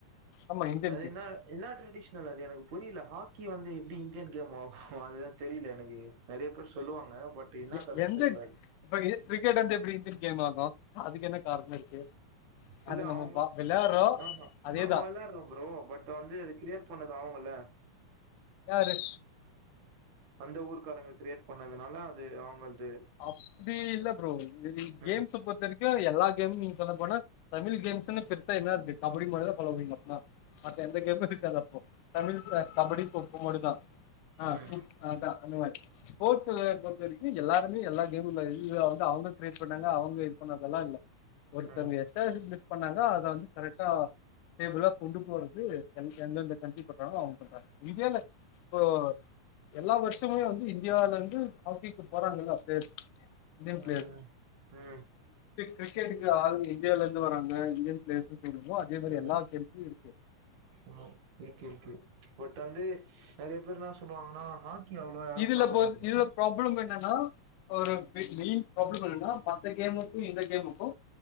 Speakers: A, on the left; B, on the right.
A: ஆமா இந்தியன்
B: அது
A: கேம்
B: என்னா இன்னா ட்ரெடிஷனல் அது எனக்கு புரியில ஹாக்கி வந்து எப்டி இந்தியன் கேம் ஆகு அதுதா தெரியில எனக்கு நெறைய பேர் சொல்லுவாங்க பட் என்னா
A: எ
B: கதன்னு
A: எந்த
B: தெர்ல அது
A: இப்ப இது கிரிக்கெட் வந்து எப்டி இந்தியன் கேம் ஆகு அதுக்கு என்ன காரண இருக்கு
B: இல்ல
A: அது நம்ம
B: அவுங்க
A: பா- விளையாடுறோம்
B: ஆஹா
A: அதேதான்
B: நம்ம வெள்ளாரொரு ப்ரோ பட் இப்ப வந்து அத கிரியேட் பண்ணது அவுங்கல்ல
A: யாரு
B: அந்த ஊர்காரங்க கிரியேட் பண்ணதுனால அது அவுங்கள்து
A: அப்டி இல்ல ப்ரோ இது கேம்ஸ்
B: ம்
A: பொருத்த வரை க்கு அது எல்லா கேம் நீங்க சொல்லபோனா தமிழ் கேம்ஸ்ன்னு பெருசா என்ன இருக்கு கபடி மட்டுதா சொல்லமுடியு மொத்தமா மத்த எந்த கேமு இருக்காது அப்போ தமிழ் <unintelligible> கபடி கொக்கோ மட்டு தா அ
B: ம்
A: அதா அந்த மாறி போட்ஸ் <unintelligible> பொருத்த வரைக்கு எல்லாரு எல்லாமே எல்லா கேமு இல்ல இதுல வந்து அவுங்க கிரேட் பண்ணாங்க அவுங்க இது பண்ணதெல்லா இல்ல ஒருத்தவுங்க
B: ம்
A: கரெக்ட்டா எலிபிலிஷ் பண்ணாங்க அத வந்து கரெக்டா டேபிளோ கொண்டு போறது எந் எந்தந்த கண்டிப்பட்றாங்க அவுங்க பண்றாங்க இதே இல்ல இப்போ எல்லா வருஷமுமே வந்து இந்தியாவுல இருந்து ஹாக்கிக்கு போறாங்ல பிளேயர்ஸ் இந்தியன் பிளேயர்ஸ்
B: ம் ம்
A: கிரிக்கெட்டுக்கு ஆள் இந்தியாவிலேந்து வராங்க இந்தியன் பிளேயர்ஸு சொல்லுவமோ அதே மாரி
B: ம் ம்
A: எல்லா கேம்ஸ்லயு இருக்கு
B: ம் இருக்கு இருக்கு பட் வந்து நறைய பேர் என்ன சொல்லுவாங்கன்னா ஹா கி அவ்ளோவா யாரு
A: இதுல
B: பாக்க
A: பொ
B: மாட்டிங்கனு
A: இதுல ப்ராப்ளம் என்னன்னா ஒரு மெயின் ப்ராப்ளம் என்னன்னா மத்த கேமுக்கு இந்த கேமுக்கு